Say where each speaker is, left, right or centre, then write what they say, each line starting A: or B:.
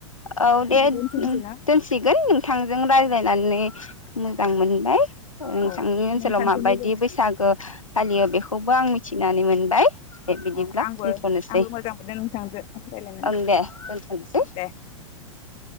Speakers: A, on the left; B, on the left.
A: औ दे
B: दोनथ'नोसै ना
A: दोनसिगोन नों थांजों रायज्लायनानै मोजां मोनबाय नोंथांनि
B: औ
A: ओनसोलाव
B: नोंथांजोंबो
A: माबायदि बैसागो फालियो बेखौबो आं मिथिनानै मोनबाय दे बिदिब्ला
B: अ आंबो
A: दोनथ'नोसै
B: आंबो मोजां मोनदों नोंथांदो रायलायनानै
A: ओं दे दोनथ'नोसै
B: दे